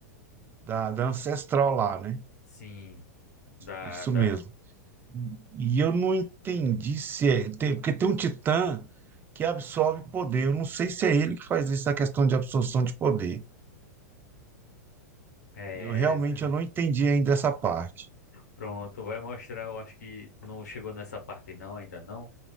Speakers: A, on the right; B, on the left.
A: da, da ancestral lá, né?
B: Sim. Da,
A: Isso
B: da,
A: mesmo. E eu não entendi se é, tem, porque tem um titã que absorve poder, eu não sei se é ele que faz isso, a questão de absorção de poder.
B: é
A: Eu realmente
B: essa.
A: eu não entendi ainda essa parte.
B: Pronto, vai mostrar. Eu acho que não chegou nessa parte não, ainda não.